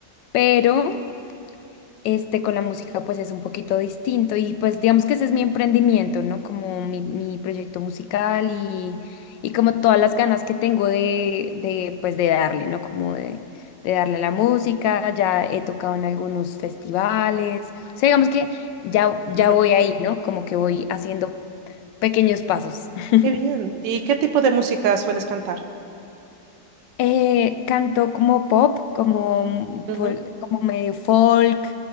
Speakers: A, on the left; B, on the right.
A: pero... Este, con la música pues es un poquito distinto y pues digamos que ese es mi emprendimiento, ¿no? Como mi, mi proyecto musical y, y como todas las ganas que tengo de, de pues de darle, ¿no? Como de, de darle a la música, ya he tocado en algunos festivales, o sea, digamos que ya, ya
B: Ujú.
A: voy ahí, ¿no? Como que voy haciendo pequeños pasos. <laughs>
B: Qué bien. ¿Y qué tipo de música sueles cantar?
A: Eh, canto como pop, como,
B: Ujú.
A: fol- como medio folk,